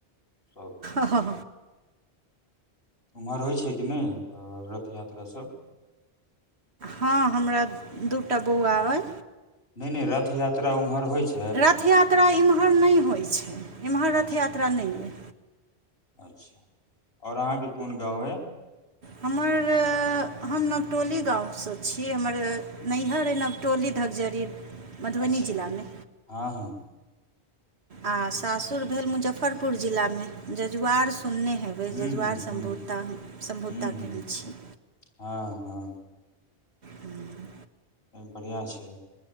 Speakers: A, on the left; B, on the right.
A: सब
B: ह ह
A: ओम्हर होइ छै कि नय रथ यात्रा सब
B: हँ हमरा दूटा बौआ अइ
A: नय नय रथ यात्रा ओम्हर होइ छै
B: रथ यात्रा इम्हर नय होइ छै एम्हर रथ
A: अच्छा
B: यात्रा नय अइ
A: अच्छा आओर अहाँके कोन गाँव अइ
B: हमर हम नवटोली गाँवसँ छी हमर नैहर अइ नवटोली धकजरी मधुबनी
A: अच्छा
B: जिलामे
A: हँ हँ
B: आ सासुर भेल मुजफ्फरपुर जिला मे जजुआर सुनने हे
A: हूँ
B: जजुआर
A: हूँ
B: समभो
A: हूँ
B: सम्भोताके
A: हूँ हूँ
B: हम छी।
A: हँ हँ।
B: हूँ
A: बढ़िआँ छै।